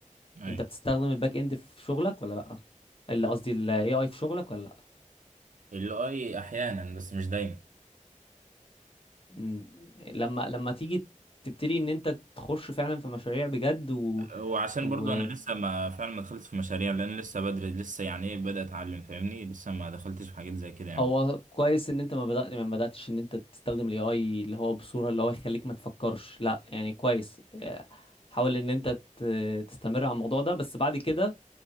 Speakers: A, on the right (about 70°); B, on the left (about 45°).
A: أيوة.
B: انت بتستخدم الباك اند في شغلك ولا لا اللي قصدي ال AI في شغلك ولا لا
A: الاي احيانا بس مش دايما
B: مم. لما لما تيجي تبتدي ان انت تخش فعلا في مشاريع بجد و...
A: وعشان
B: و...
A: برضو انا لسه ما فعلا ما دخلتش في مشاريع لان لسه بدري لسه يعني ايه بدأت اتعلم فاهمني لسه ما دخلتش في حاجات زي كده يعني
B: هو كويس ان انت ما بدأت ما بدأتش ان انت تستخدم الاي اي اللي هو بصورة اللي هو يخليك ما تفكرش لا يعني كويس آه، حاول ان انت ت... تستمر على الموضوع ده بس بعد كده